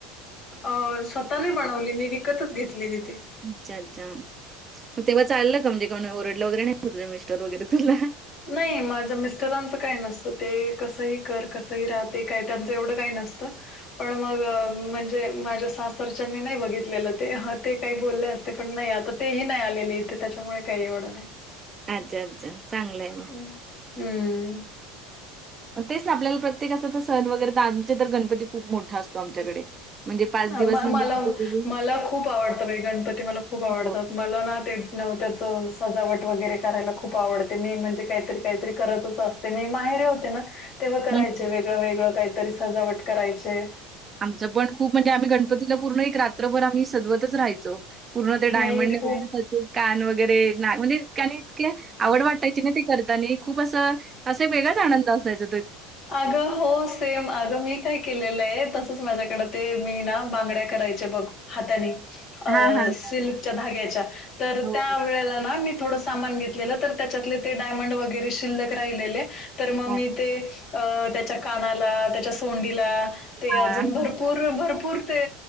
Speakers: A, on the left; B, on the right.
A: अ स्वतःनाही बनवली मी विकतच घेतलेले ते.
B: अच्छा अच्छा तेव्हा चाललं का म्हणजे का ओरडलं वगैरे नाही तुझ मिस्टर वगैरे तुला
A: नाही माझं मिस्टरांचं काही नसतं ते कसंही कर कसंही राहा ते काय त्यांचं एवढं काही नसतं. पण मग म्हणजे माझ्या घरचानी नाही बघितलेलं ते ह ते काही बोलले असते पण नाही आता तेही नाही आलेले इथे त्याच्यामुळे काही एवढं नाही.
B: अच्छा अच्छा चांगलंय.
A: हम्म
B: मग तेच ना आपल्याला प्रत्येक अस तर सण वगैरे तर आमचे तर गणपती खूप मोठा असतो आमच्याकडे. म्हणजे दिवस
A: म
B: म्हणजे
A: मला
B: आमच्याकडे
A: मला खूप आवडतं बाई गणपती मला खूप आवडतात
B: हो.
A: मला ना ते न त्याच सजावट वगैरे करायला खूप आवडते मी म्हणजे काहीतरी काहीतरी करतच असत ते मी माहेरे होते ना तेव्हा करायचे
B: हं.
A: वेगळं वेगळं काहीतरी सजावट करायचे.
B: आमचं पण खूप म्हणजे आम्ही गणपतीला पूर्ण एक रात्रभर आम्ही सजवतच राहायचो. पूर्ण ते डायमंड
A: नाही खूप
B: निघ कान वगैरे म्हणजे आणि इतक्या आवड वाटायची ना ते करताना खूप असं असं वेगळाच आनंद असायच.
A: अगं हो सेम अगं मी काय केलेलं आहे तसंच माझ्याकडें ते मी ना बांगड्या करायचे बघ हाताने अ
B: हां, हां,
A: सिल्कच्या
B: हां.
A: धाग्याच्या तर
B: हो.
A: त्या वेळेला ना मी थोड सामान घेतलेलं तर त्याच्यातले ते डायमंड वगैरे शिल्लक राहिलेले तर मग
B: हो.
A: मी
B: अच्छा.
A: ते अ त्याच्या कानाला त्याच्या सोंडीला ते अजून
B: हां.
A: भरपूर भरपूर ते